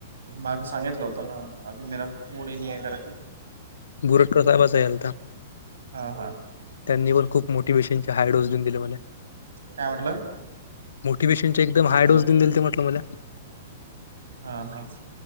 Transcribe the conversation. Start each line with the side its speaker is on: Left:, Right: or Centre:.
Right: माग सांगितलं होत ना अी मरा गडी नाही आहे करा का-
Left: बुरट साहेब अस हलता-
Right: हा हा
Left: त्यांनी पण खूप मोटिवेशनचेच्या हा देऊन दिले मले.
Right: काय म्हटलं?
Left: मोटिवे्शन एकदम हाय
Right: हॅलो
Left: डोस देऊन दिलंते म्हटलं मला
Right: ह हा